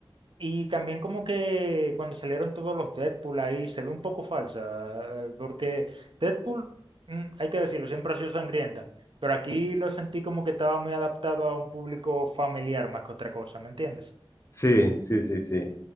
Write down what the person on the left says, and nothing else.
Sí, sí, sí, sí.